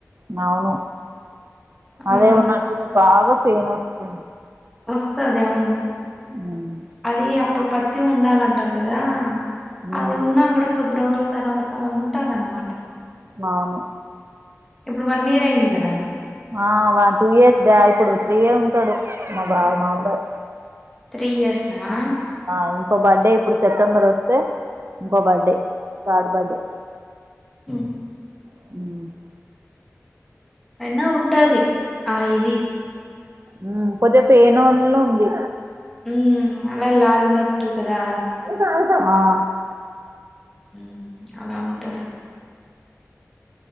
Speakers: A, on the right (about 50°); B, in the centre.
A: మావును
B: ఆ
A: అదే ఉన్నట్టు ఉంది బాగా పెయిన్ వసుది.
B: వసది అవును,
A: మ్మ్
B: అది అప్పుడు పత్తి ఉండాలంటారు గదా.
A: మ్మ్
B: అది ఉన్నా గూడా కొద్ది రోజుల తర్వాత ఉంటాద్ అనమాటా.
A: మావును
B: ఇప్పుడు వన్ ఇయర్ అయింది గదా.
A: ఆ వా టూ ఇయర్స్ బ్యా ఇప్పుడు త్రీయే ఉంటాడు మా బాబ మా అబ్బాయ్.
B: త్రీ ఇయర్స్ ఆ
A: ఆ ఇంకో బర్త్డే ఇప్పుడు సెప్టెంబర్ వస్తే, ఇంకో బర్త్డే థర్డ్ బర్త్డే.
B: ఉహుహ్
A: హు్
B: అయినా ఉంటాది ఆ ఇది
A: ఉ కొద్ది పేనోలో ఉంది.
B: ఉ అలా లాగినట్టు కదా.
A: ఆ
B: ఉహ్ అలా ఉంటది.